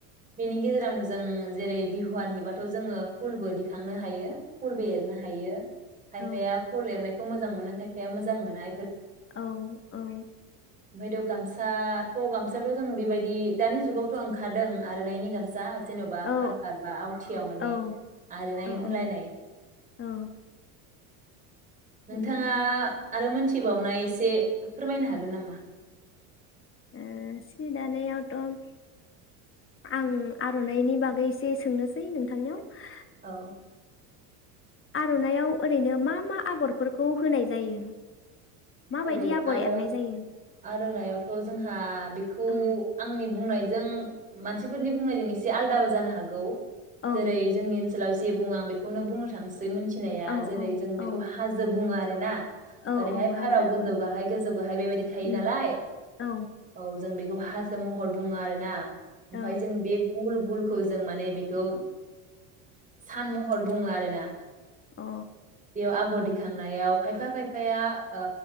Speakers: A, on the right; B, on the left.
A: बेनि गेजेरावनो जों जेरै बिहुवान हैबाथ' जोङो फुलबो दिखांनो हायो। फुलबो एरनो हायो खायफाया
B: औ
A: फुल एरनाय मोजां मोनो खायफाया मोजां मोनो।
B: औ औ।
A: ओमफ्रायथ' गामसा थ' गामसायावथ' जों बेबायदि दानि जुगावथ' ओंखारदों आर'नाइनि गामसा जेन'बा
B: औ
A: फार फार बा आवथियाव माने
B: औ
A: आर'नाइ
B: औ
A: होलायनाय
B: औ औ।
A: नोंथाङा
B: बियो
A: आरो मोनथिबावनाय एसे फोरमायनो हागोन नामा?
B: ओ सि दानायावथ' उम आं आर'नाइनि बागै एसे सोंनोसै नोंथांनियाव
A: औ।
B: आर'नाइआव ओरैनो मा मा आगरफोरखौ होनाय जायो। माबायदि
A: ओरै
B: आगर
A: आरो
B: एरनाय जायो
A: आरानावथ' जोंहा बेखौ
B: औ
A: आंनि बुंनायजों मानसिफोरनि बुंनायजों एसे आलदाबो जानो हागौ।
B: औ
A: जेरै जोंनि ओनसोलाव जे बुङो बेखौनो बुंनो थांसै नाया
B: औ
A: जेरै
B: औ
A: जों
B: औ
A: बेखौ हाजो बुङो आरो ना
B: औ
A: ओरै
B: औ
A: हाय भाराव
B: हाजो
A: गोजौ
B: आगर
A: गाहाय गोजौ गाहाय बेबायदि थायो
B: उम
A: नालाय
B: औ
A: औ जों बे बेखौ हाजो महर बुङो आरो ना ओमफ्राय
B: औ
A: जों बे गुल गुल खौ जों माने बेखौ सान महर बुङो आरोना
B: अ
A: बेयाव आगर दिखांनायाव खायफा खायफाया ओ